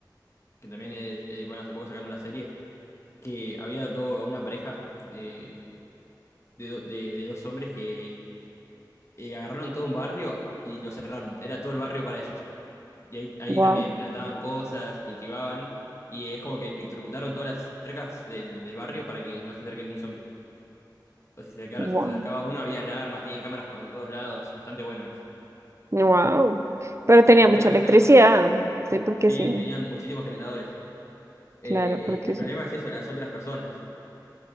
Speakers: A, on the left (about 40°); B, on the right (about 40°).
A: Que también es. eh, bueno, hace poco sacaron una serie. Que había do- una pareja de, de, do- de- de dos hombres que eh, agarraron todo un barrio y lo cerraron. Era todo el barrio para ellos. Y ahí, ahí
B: wow,
A: también plantaban cosas, cultivaban. Y es como que electrocutaron todas las cercas del, del barrio para que no se acerque ningún zombie. O si se acercaba,
B: wow.
A: se acercaba uno, había alarmas, tenían cámaras por todos lados. Bastante bueno
B: Wow, pero tenía
A: El problema
B: mucha electricidad.
A: es eso.
B: Sí, porque
A: Sí,
B: sí,
A: tenían muchísimos generadores. Eh,
B: claro, porque
A: el
B: sí.
A: problema es eso, las otras personas.